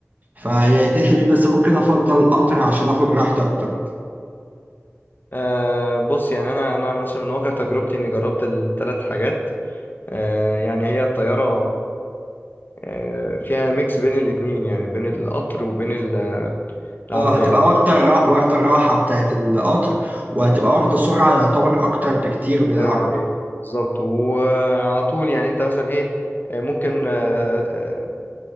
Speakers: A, on the right; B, on the left.
A: فهي تحلي بيه بس ممكن افضل القطر عشان اخد راحتي اكتر
B: آه، بص يعني أنا أنا مثلا من واقع تجربتي إني جربت الثلاث حاجات آه، يعني هي الطيارة آه، فيها ميكس بين الاتنين يعني بين القطر وبين ال- العربية
A: اه هتبقى
B: يعني
A: واخده الرا... واخده الراحه بتاعت القطر وهتبقى واخده السرعه يعتبر اكتر بكتير من العربيه
B: الله ينور عليك بالظبط وعلى طول يعني انت مثلا ايه آه، ممكن آه، آه،